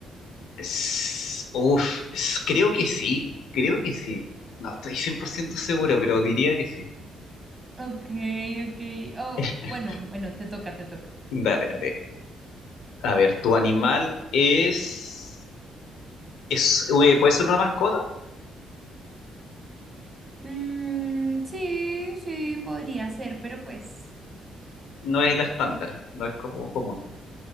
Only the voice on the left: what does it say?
S- Uf, s- creo que sí, creo que sí. No estoy 100% seguro, pero diría que sí.
<laughs>
Dale, dale. A ver, ¿tu animal es... es eh, ¿puede ser una mascota?
No es la estándar, no es como común.